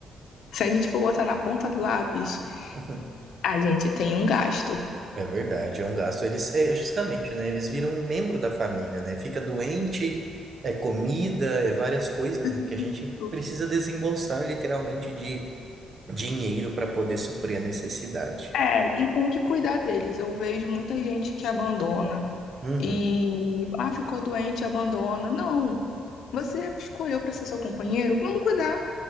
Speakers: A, on the left; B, on the right.
A: se a gente for botar na ponta do lápis
B: <laughs>
A: A gente tem um gasto.
B: É verdade, é um gasto. Eles, é justamente, né? Eles viram um membro da família, né? Fica doente, é comida, é várias coisas,
A: Isso.
B: né? Que a gente precisa desembolsar literalmente de Dinheiro para poder suprir a necessidade.
A: É, e tem que cuidar deles. Eu vejo muita gente que abandona
B: Uhum,
A: e, ah, ficou doente, abandona. Não, você escolheu para ser seu companheiro, vamos cuidar,